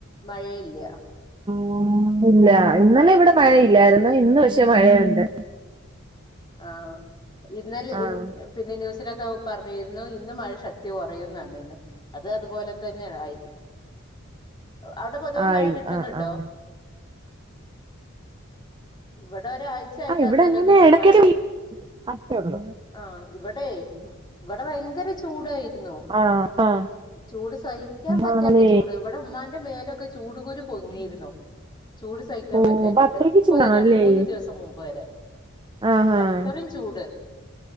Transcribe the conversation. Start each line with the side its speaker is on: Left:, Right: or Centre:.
Left: മഴയില്ല
Right: ആ ഇല്ല ഇന്നലെ ഇവിടെ മഴയില്ലായിരുന്നു ഇന്ന് പക്ഷേ മഴയുണ്ട്
Left: ആഹ ഇന്നലെ
Right: ആഹ്
Left: ഇ പിന്നെ ന്യൂസ് <unintelligible> ക്കെ പറഞ്ഞിരുന്നു ഇന്ന് മഴ ശക്തി കുറയുന്നന്നെ. ഇന്ന് അത് അതുപോലെ തന്നെ ആയി. അവിടെ പൊതുവെ
Right: ആയി
Left: മഴ കിട്ടുന്നുണ്ടോ?
Right: ആഹ് ആഹ്
Left: ഇവിടെ ഒരാഴ്ചായിട്ട്
Right: ആ ഇവിടെ
Left: ഇന്നല
Right: അങ്ങനെ
Left: ഒന്ന്
Right: ഇടക്കൊക്കെ
Left: മഴ
Right: പെയ്യും അത്രേ ഉള്ളൂ
Left: ആഹ ഇവിടെ ഇവിടെ ഭയങ്കര ചൂടായിരുന്നു.
Right: ആഹ് ആഹ്
Left: ചൂട് സഹിക്കാൻ പറ്റാത്ത
Right: ആണല്ലേ
Left: ചൂട്. ഇവിടെ ഉമ്മാന്റെ മേലൊക്കെ ചൂട്കൂരു പൊങ്ങിയിരുന്നു. ചൂട് സഹിക്കാൻ
Right: ഓ
Left: പറ്റാഞ്ഞിട്ട്.
Right: അപ്പൊ അത്രക്ക്
Left: ഇപ്പൊ
Right: ചൂടാണല്ലേ
Left: ഈ രണ്ട് മൂന്ന് ദിവസം മുമ്പ് വരെ.
Right: ആഹ്
Left: അത്രയും
Right: ആഹ്
Left: ചൂട്.